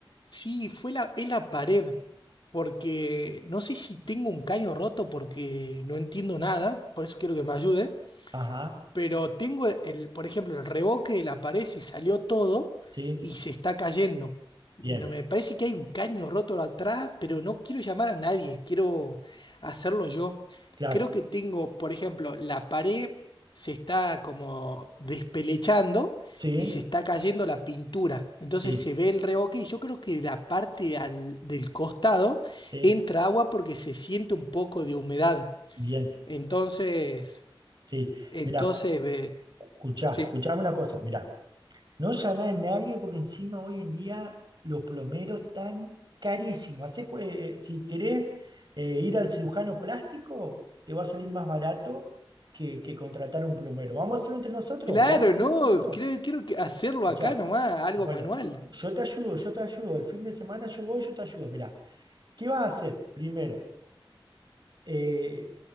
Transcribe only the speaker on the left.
Sí, fue la, es la pared, porque no sé si tengo un caño roto porque no entiendo nada, por eso quiero que me ayude
pero tengo el, por ejemplo, el reboque de la pared se salió todo
y se está cayendo. No,
me parece que hay un caño roto atrás, pero no quiero llamar a nadie, quiero hacerlo yo.
Creo que tengo, por ejemplo, la pared se está como despelechando
y se está cayendo la pintura. Entonces
se ve el reboque y yo creo que de la parte al- del costado
entra agua porque se siente un poco de humedad.
Entonces,
entonces,
ve-
Sí.
Claro,
no,
creo, quiero que hacerlo
acá nomás, algo
manual.